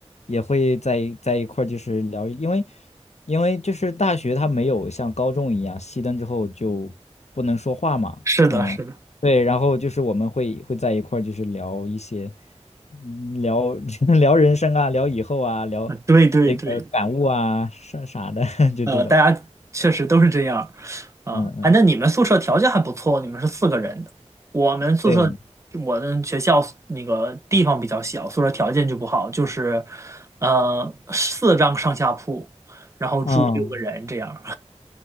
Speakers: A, on the left; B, on the right.
A: 也会在在一块儿就是聊，因为。因为就是大学它没有像高中一样熄灯之后就不能说话嘛，
B: 是的，
A: 嗯，
B: 是的，
A: 对，然后就是我们会会在一块儿就是聊一些，嗯聊 <laughs> 聊人生啊，聊以后啊，聊
B: 呃对对对，
A: 那个感悟啊，啥啥的，<laughs> 就这种，
B: 呃，大家确实都是这样儿，
A: 嗯嗯，
B: 啊，哎，那你们宿舍条件还不错，你们是四个人的，我们宿舍，
A: 对，我们，
B: 我的学校那个地方比较小，宿舍条件就不好，就是，呃，四张上下铺，然后住六个人这样儿
A: 嗯，